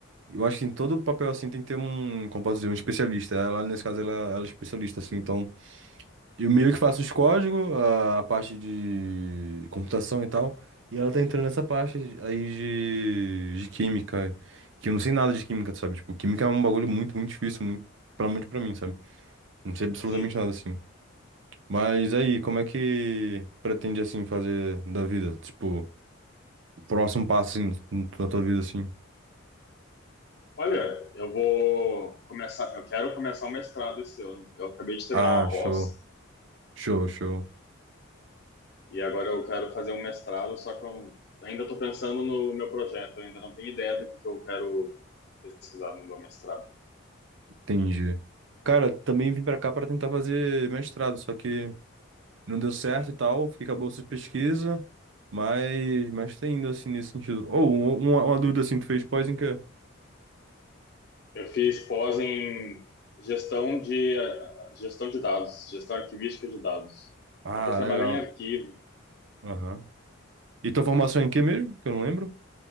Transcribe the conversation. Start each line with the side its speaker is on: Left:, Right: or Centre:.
Right: Eu acho que em todo papel assim tem que ter um, como posso dizer, um especialista. Ela, nesse caso, ela, ela é especialista, assim. Então, eu meio que faço os códigos, a, a parte de computação e tal. E ela tá entrando nessa parte aí de, de química. Que eu não sei nada de química, sabe? Tipo, química é um bagulho muito, muito difícil, muito, pelo menos pra mim, sabe? Não sei absolutamente
Left: sim.
Right: nada, assim. Mas aí, como é que pretende, assim, fazer da vida? Tipo, o próximo passo, assim, na tua vida, assim.
Left: Olha, eu vou começar, eu quero começar um mestrado esse ano. Eu acabei de terminar
Right: Ah,
Left: uma
Right: show,
Left: pós
Right: show, show.
Left: e agora eu quero fazer um mestrado, só que eu ainda estou pensando no meu projeto, eu ainda não tenho ideia do que, que eu quero pesquisar no meu mestrado.
Right: Entendi. Cara, também vim pra cá pra tentar fazer mestrado, só que não deu certo e tal, fiquei com a bolsa de pesquisa, mas, mas tá indo assim nesse sentido. Ou um, uma, uma dúvida assim, tu fez pós em quê?
Left: Eu fiz pós em gestão de gestão de dados, gestão arquivística de dados.
Right: Ah,
Left: É para trabalhar
Right: legal.
Left: em arquivo.
Right: Aham. E tua formação é em quê mesmo? Que eu não lembro.